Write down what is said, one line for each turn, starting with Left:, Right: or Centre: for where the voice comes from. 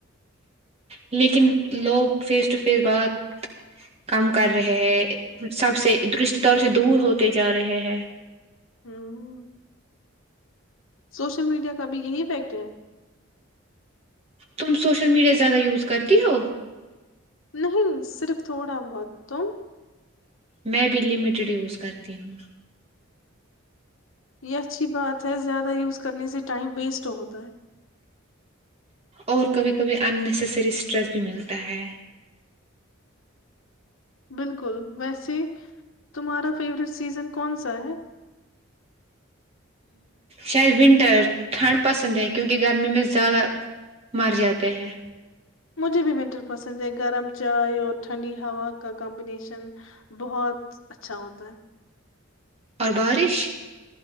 Right: لیکن لوگ پھر سے سٹفیظ بعد کم کر رہے ہے سب سے درش داروں سے دور ہوتے جا رہے ہے
Left: ہوں سوشل میڈیا کا بھی یہی امپیکٹ ہے
Right: تم سوشل میڈیا زیادہ یوز کرتی ہو
Left: نہیں صرف تھوڑا بہت تو
Right: میں بھی لمیٹڈ یز کرتی ہوں
Left: یہ اچھی بات ہے زیادہ یوز کرنے سے ٹائم ویسٹ ہوتا ہے
Right: اور کبھی کبھی اننیسسری اسٹریس بھی ملتا ہے
Left: بالکل ویسے تمہارا فیوریٹ سیزن کون سا ہے
Right: شاید ونٹر ٹھنڈ پسند ہے کیونکہ گرمی میں زیادہ مر جاتے ہیں
Left: مجھے بھی ونٹر پسند ہے گرم چائے اور ٹھنڈی ہوا کا کمبینیشن بہت اچھا ہوتا ہے
Right: اور بارش